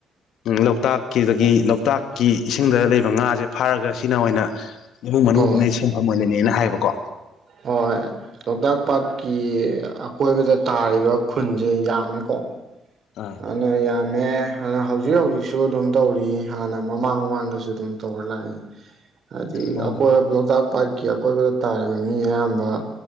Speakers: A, on the left (about 80°); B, on the right (about 55°).
A: ꯂꯣꯛꯇꯥꯛꯀꯤꯗꯒꯤ ꯂꯣꯛꯇꯥꯛꯀꯤ ꯏꯁꯤꯡꯗ ꯂꯩꯕ ꯉꯥꯁꯦ ꯐꯥꯔꯒ ꯁꯤꯅ ꯑꯣꯏꯅ ꯏꯃꯨꯡ ꯃꯅꯨꯡꯗꯨꯅ
B: ꯑꯣ
A: ꯁꯤꯟꯐꯝ ꯑꯣꯏꯅꯦꯅ ꯍꯥꯏꯌꯦꯕꯀꯣ
B: ꯍꯣꯏ ꯂꯣꯛꯇꯥꯛ ꯄꯥꯠꯀꯤ ꯑꯀꯣꯏꯕꯗ ꯇꯥꯔꯤꯕ ꯈꯨꯟꯁꯦ ꯌꯥꯝꯃꯦꯀꯣ
A: ꯑꯥ
B: ꯍꯥꯟꯅ ꯌꯥꯝ ꯍꯥꯟꯅ ꯍꯧꯖꯤꯛ ꯍꯧꯖꯤꯛꯁꯨ ꯑꯗꯨꯝ ꯇꯧꯔꯤ ꯍꯥꯟꯅ ꯃꯃꯥꯡ ꯃꯃꯥꯡꯗꯁꯨ ꯑꯗꯨꯝ ꯇꯧꯔ ꯂꯥꯛꯏ ꯍꯥꯏ
A: ꯑꯣ
B: ꯑꯩꯈꯣꯏ ꯑꯗ ꯄꯥꯠꯀꯤ ꯑꯀꯣꯏꯕꯗ ꯇꯥꯔꯤꯕ ꯃꯤ ꯑꯌꯥꯝꯕ